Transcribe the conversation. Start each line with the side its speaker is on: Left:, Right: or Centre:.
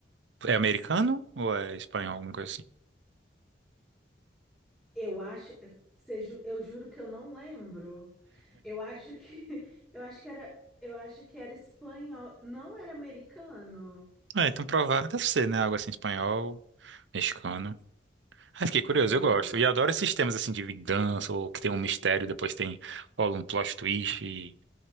Right: é americano ou é espanhol, alguma coisa assim?
Centre: Eu acho, seja, eu juro que eu não lembro. Eu acho que, <laughs> eu acho que era, eu acho que era espanhol, não era americano.
Right: É, então provável deve ser, né? Algo assim, espanhol, mexicano. Ai, fiquei curioso,
Centre: É,
Right: eu gosto. E adoro esses temas assim de vingança, ou que tem um mistério, depois tem rola um plot twist e,